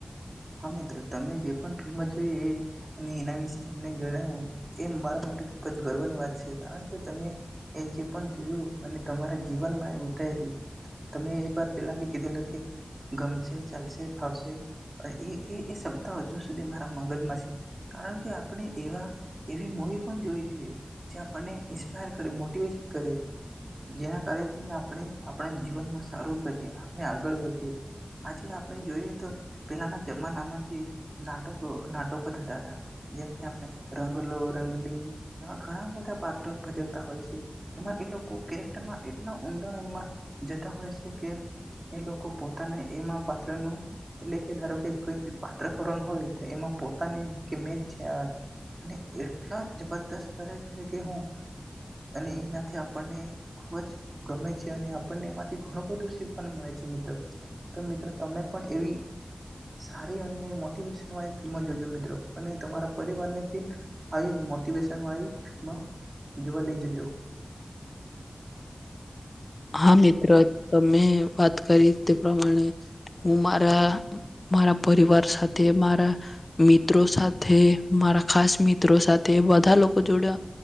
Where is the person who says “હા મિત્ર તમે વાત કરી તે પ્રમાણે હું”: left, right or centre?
Left